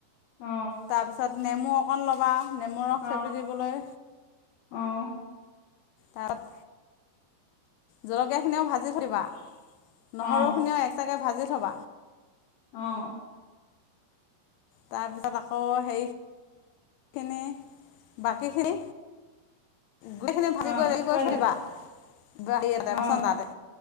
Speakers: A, on the left; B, on the left.
A: অ
B: তাৰপিছত নেমু অকণ ল'বা। নেমুৰ ৰস
A: অ',
B: চেপি দিবলৈ
A: অ।
B: তাৰপ জলকীয়াখিনিও ভাজি থৈ দিবা।
A: অ',
B: নহৰুখিনিও এক্সট্ৰাকে‌ ভাজি থবা।
A: অ'।
B: তাৰপিছত আকৌ, হেৰি কেনে? বাকীখিনি? গোটেইখিনি
A: অ',
B: ভাজি কৰি, হেৰি
A: কৈ
B: কৰি থই
A: যাওক
B: দিবা। <unintelligible>
A: অ',
B: বাচন এটাতে।